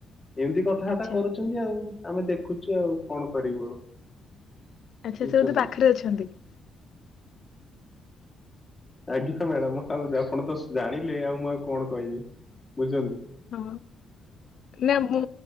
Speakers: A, on the left; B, on the left.
A: ଏମିତି କଥାବାର୍ତ୍ତା
B: ଆଚ୍ଛା
A: କରୁଚନ୍ତି ଆଉ ଆମେ ଦେଖୁଚୁ ଆଉ କଣ କରିବୁ ଆଉ।
B: ଆଚ୍ଛା ସେ
A: ବୁଝୁଛନ୍ତି।
B: ବୋଧେ ପାଖରେ ଅଛନ୍ତି କି?
A: ଆଜ୍ଞା ମ୍ୟାଡାମ ଆଉ ଆପଣ ତ ଜାଣିଲେ ଆଉ ମୁଁ ଆଉ କଣ କହିବି ବୁଝଚନ୍ତି।
B: ହଁ ନା ମୁଁ